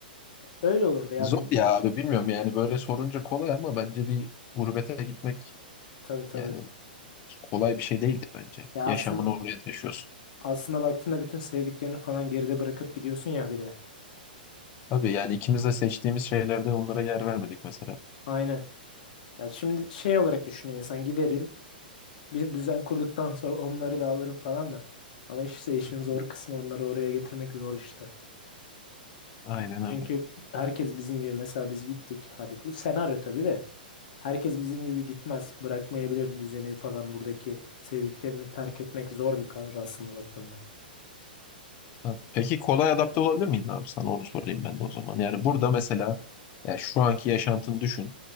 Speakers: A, on the left (about 60°); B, on the left (about 35°).
A: Öyle olurdu ya
B: Zor
A: benim.
B: ya abi bilmiyorum yani böyle sorunca kolay ama bence bir gurbete gitmek
A: Tabii tabii.
B: yani kolay bir şey değildir bence.
A: Ya
B: Yaşamını
A: aslında
B: oraya taşıyorsun.
A: Aslında baktığında bütün sevdiklerini falan geride bırakıp gidiyorsun ya bir de.
B: Tabii yani ikimiz de seçtiğimiz şeylerde onlara yer vermedik mesela.
A: Aynen. Ya şimdi şey olarak düşünüyor insan giderim bir düzen kurduktan <laughs> sonra onları da alırım falan da. Ama işte işin zor
B: Evet.
A: kısmı onları oraya getirmek zor işte.
B: Aynen
A: Çünkü
B: öyle.
A: herkes bizim gibi mesela biz gittik. Hadi bu senaryo tabii de. Herkes bizim gibi gitmez. Bırakmayabilir düzeni falan buradaki sevdiklerini terk etmek zor bir karar aslında baktığında.
B: Abi, Peki kolay adapte olabilir miydin abi? Sana onu sorayım ben de o zaman. Yani burada mesela yani şu anki yaşantını düşün.